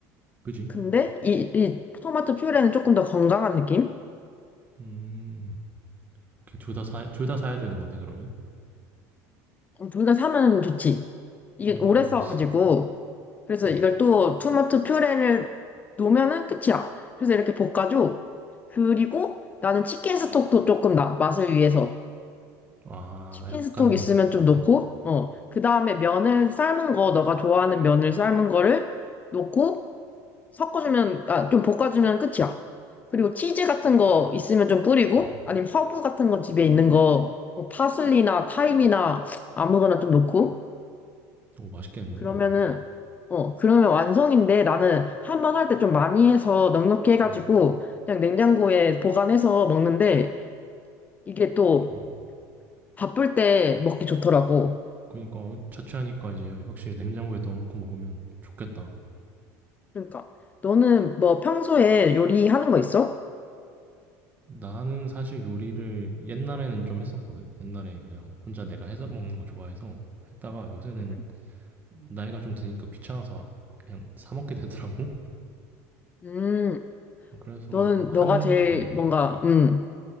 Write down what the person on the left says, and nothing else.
근데 이, 이 토마토 퓨레는 조금 더 건강한 느낌?
어, 둘다 사면 좋지. 이게
오래
써가지고. 그래서
이걸 또 토마토 퓨레를 놓으면은 끝이야. 그래서 이렇게 볶아줘. 그리고 나는 치킨 스톡도 조금 나, 맛을 위해서.
치킨
스톡 있으면 좀 넣고,
어. 그 다음에 면을 삶은 거, 너가 좋아하는 면을 삶은 거를 넣고, 섞어주면, 아, 좀 볶아주면 끝이야. 그리고 치즈 같은 거 있으면 좀 뿌리고,
아니면 허브 같은 거 집에 있는 거, 뭐 파슬리나 타임이나 아무거나 좀 넣고,
그러면은,
어, 그러면 완성인데 나는 한 번 할 때 좀 많이 해서 넉넉히 해가지고
그냥 냉장고에 보관해서 먹는데 이게 또
바쁠 때 먹기 좋더라고.
그러니까 너는 뭐 평소에 요리하는 거 있어?
음,
음,
너는
너가 제일
뭔가 음,